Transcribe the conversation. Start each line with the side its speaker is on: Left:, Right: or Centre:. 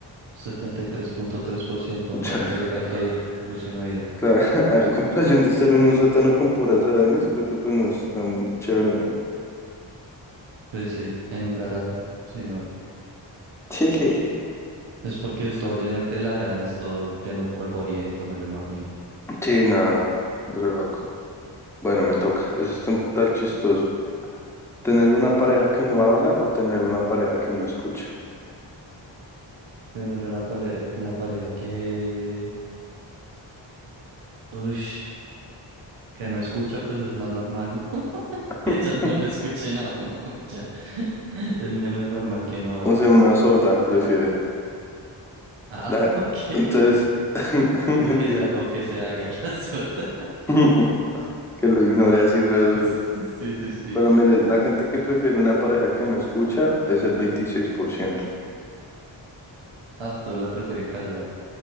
Right: setenta y tres tres punto tres por ciento
Centre: <laughs>
Right: Hay que ir, hay que ir. Yo sí no he ido.
Centre: Claro, <laughs> a comparación de estar en un sótano con puras arañas, creo que pues no es tan chévere. güey.
Right: Sí, sí, en un garaje. Sí, no.
Centre: Sí. <laughs>
Right: Es porque todo
Centre: Listo.
Right: lleno de telarañas, todo lleno de polvoriento, me lo imagino.
Centre: Sí, nada, re loco. Bueno, me toca. Eso es un tal chistoso. ¿Tener una pareja que no habla o tener una pareja que no escucha?
Right: Tener una, pale- una pareja que... Uy, que no escucha, pues es más normal. <laughs>
Centre: <laughs>
Right: Ellas no lo escuchen a uno y ya. <laughs> Es menos normal que no hablen.
Centre: O sea, una sorda prefiere.
Right: Ah,
Centre: Da-
Right: <laughs> ok.
Centre: Entonces, <laughs> mentira.
Right: O que sea, o que se haga la sorda.
Centre: <laughs> Que lo ignore así re duro.
Right: <laughs> Sí, sí, sí.
Centre: Pero mire, la gente que prefiere una pareja que no escucha es el veintiséis por ciento
Right: Ah, todos la prefieren callada,